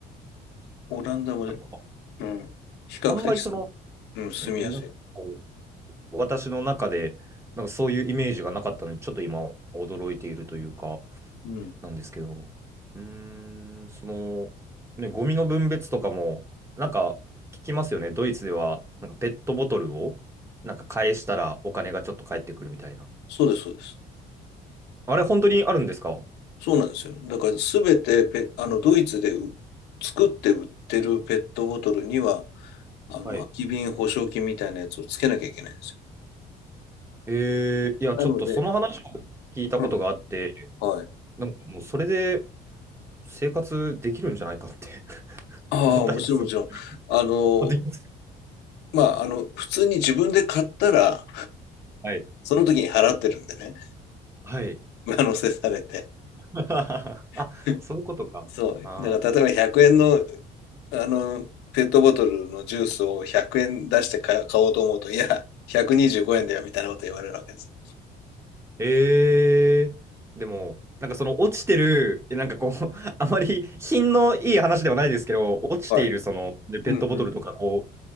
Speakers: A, on the left (about 85°); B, on the right (about 15°).
A: オランダもね
B: なんか、
A: うん。比較的す、
B: あんまりその、
A: うん、住みやすい。
B: うんなんかこう私の中で、なんかそういうイメージがなかったので、ちょっと今、驚いているというか。
A: うん。
B: なんですけど、うーん、その、ね、ゴミの分別とかも、なんか聞きますよね。ドイツでは、なんかペットボトルを、なんか返したらお金がちょっと返ってくるみたいな。
A: そうです、そうです。
B: あれ、本当にあるんですか
A: そうなんですよ。だから、すべてペ、あの、ドイツでう作って売ってるペットボトルには、あの、
B: はい。
A: 空き瓶保証金みたいなやつをつけなきゃいけないんですよ。
B: えー、いや、
A: なので、
B: ちょっとその話を聞いたことがあって、
A: うん。はい。
B: なんかもうそれで生活できるんじゃないかって <laughs>
A: ああ、
B: 思ったりもする。
A: もちろん、もちろん。あの、
B: あ、できます。
A: まあ、あの、普通に自分で買ったら、
B: はい。
A: その時に払ってるんでね、<laughs>
B: はい。
A: 上乗せされて。
B: <laughs> あ、
A: <laughs>
B: そういうことか。
A: そう。
B: あー
A: だから、例えば100円のあの、ペットボトルのジュースを100円出して買買おうと思うと、いや、125円だよ、みたいなこと言われるわけです。
B: ええでも、なんかその落ちてる、えなんかこう、<laughs> あまり品のいい話ではないですけど、落ちているその、
A: はい。
B: で、ペットボトルとかこ
A: うんうん。